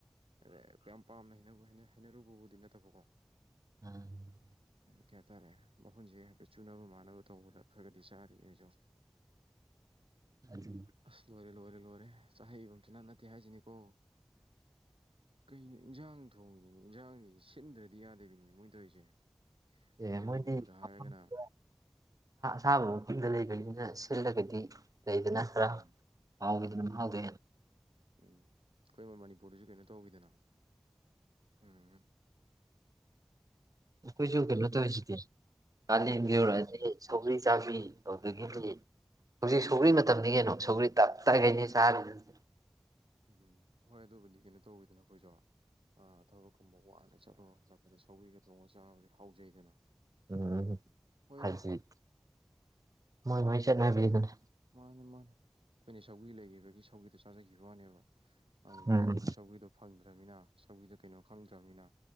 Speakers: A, on the right (about 70°); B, on the right (about 40°).
A: ꯑꯗ ꯌꯥꯝ ꯄꯥꯝꯅ ꯍꯩꯅꯔꯨꯕꯕꯨꯗꯤ ꯅꯠꯇꯕꯀꯣ
B: ꯑꯝ
A: ꯀꯩ ꯍꯥꯏꯇꯥꯔꯦ ꯃꯈꯨꯟꯁꯦ ꯍꯥꯏꯐꯦꯠ ꯆꯨꯅꯕ ꯃꯥꯟꯅꯕ ꯇꯧꯕꯗ ꯈꯔꯒꯗꯤ ꯆꯥꯔꯤ ꯑꯩꯁꯨ
B: ꯑꯗꯨ
A: ꯑꯁ ꯂꯣꯏꯔꯦ ꯂꯣꯏꯔꯦ ꯂꯣꯏꯔꯦ ꯆꯍꯩꯕꯝꯇꯅ ꯅꯛ ꯇꯁꯤꯅꯤꯀ ꯀꯩꯅꯣ ꯏꯟꯖꯥꯡ ꯊꯣꯡꯉꯤꯅꯤꯅ ꯏꯟꯖꯥꯡꯁꯤ ꯁꯤꯟꯗ꯭ꯔꯗꯤ ꯌꯥꯗꯕꯤꯅꯦ ꯃꯣꯏ ꯇꯧꯔꯤꯁꯦ ꯑꯩꯈꯣꯏ
B: ꯑꯦ ꯃꯣꯏꯗꯤ
A: ꯃꯅꯤꯄꯨꯔꯗ ꯍꯥꯏꯔꯒꯅ
B: ꯃꯐꯝꯗꯨꯗ ꯁꯥꯕꯨ ꯌꯨꯝꯗ ꯂꯩꯕꯅꯤꯅ ꯁꯤꯜꯂꯒꯗꯤ ꯂꯩꯗꯅ ꯈꯔ
A: ꯎꯝ
B: ꯃꯍꯥꯎꯈꯤꯗꯅꯝ
A: ꯎꯝ
B: ꯍꯥꯎꯗꯣꯛꯦ
A: ꯎꯝ ꯑꯩꯈꯣꯏ ꯃꯣꯏ ꯃꯅꯤꯄꯨꯔꯗꯁꯨ ꯀꯩꯅꯣ ꯇꯧꯋꯤꯗꯅ ꯎꯝ ꯎ
B: ꯑꯩꯈꯣꯏꯁꯨ ꯀꯩꯅꯣ ꯇꯧꯔꯤꯁꯤꯗꯤ ꯀꯥꯂꯦꯟꯒꯤꯧꯔꯛꯑꯗꯤ
A: ꯁꯧꯒ꯭ꯔꯤꯒꯨꯝꯕꯁꯦ
B: ꯁꯧꯕꯔꯤ ꯆꯥꯕꯤ ꯇꯧꯗꯒꯤꯗꯤ ꯍꯧꯖꯤꯛ ꯁꯧꯒ꯭ꯔꯤ ꯃꯇꯝꯅꯤ ꯀꯩꯅꯣ ꯁꯧꯒ꯭ꯔꯤ ꯇꯞ ꯇꯈꯩꯅꯦ ꯆꯥꯕꯗ ꯍꯧ
A: ꯎꯝ ꯍꯣꯏ ꯑꯗꯨꯕꯨꯗꯤ ꯀꯩꯅꯣ ꯇꯧꯕꯤꯗꯅ ꯑꯩꯈꯣꯏꯁꯨ ꯊꯕꯛꯀꯨꯝꯕ ꯋꯥꯅ ꯆꯠꯂꯣ ꯍꯜꯂꯛꯄꯗ ꯁꯧꯤꯒ ꯊꯣꯡꯕ ꯆꯥꯕꯁꯦ ꯍꯥꯎꯖꯩꯗꯅ
B: ꯎꯝ
A: ꯍꯣꯏꯗ
B: ꯍꯥꯏꯗꯤ ꯃꯣꯏ ꯃꯣꯏ ꯆꯠꯅꯕꯤꯗꯨꯅꯤ
A: ꯃꯥ ꯑꯩꯈꯣꯏꯅ ꯁꯧꯒꯤ ꯂꯩꯈꯤꯕꯒꯤ ꯁꯧꯒꯤꯗꯨꯣ ꯆꯥꯖꯈꯤꯕ ꯋꯥꯅꯦꯕ ꯑꯗꯨ
B: ꯎꯝ
A: ꯃꯣꯏꯅ ꯑꯃꯨꯛ ꯁꯧꯒꯤꯗꯣ ꯐꯪꯗ꯭ꯔ ꯗ꯭ꯔꯕꯅꯤꯅ ꯁꯧꯒ꯭ꯔꯤꯗꯨ ꯀꯩꯅꯣ ꯗꯪꯗ꯭ꯔꯕꯅꯤꯅ